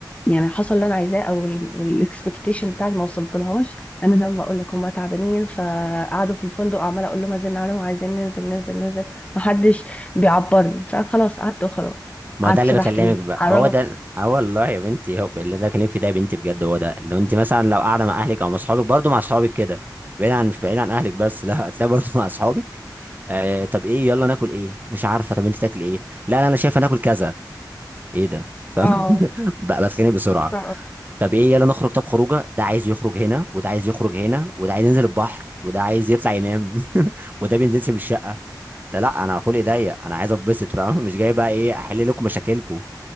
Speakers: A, on the left; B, on the right.
A: يعني حصل اللي انا عايزاه او الاكسبكتيشن بتاعتي ما وصلت لهاش انا زي ما بقول لك هم تعبانين فقعدوا في الفندق عماله اقول لهم ازن عليهم عايزين ننزل ننزل ننزل ما حدش بيعبرني فخلاص قعدت وخلاص
B: ما
A: قعدت
B: هو ده اللي
A: فتحت
B: بكلمك
A: النت
B: بقى
A: على
B: هو
A: الرغم
B: ده اه والله يا بنتي هو اللي ده بكلمك في ده يا بنتي بجد هو ده لو انت مثلا لو قاعده مع اهلك او مع اصحابك برضه مع اصحابك كده بعيد عن مش بعيد عن اهلك بس <laughs> لا هتلاقي برضه مع اصحابك آه طب ايه يلا ناكل ايه مش عارفه طب انت تاكل ايه لا لا انا شايفه ناكل كذا ايه ده فاهم
A: اه
B: <laughs> بقى بتخانق بسرعه
A: ف-
B: طب ايه يلا نخرج طب خروجه ده عايز يخرج هنا وده عايز يخرج هنا وده عايز ينزل البحر وده عايز يطلع ينام <laughs> وده بينزلش من الشقه ده لا انا خلقي ضيق انا عايز اتبسط فاهم <laughs> مش جاي بقى ايه احل لكم مشاكلكم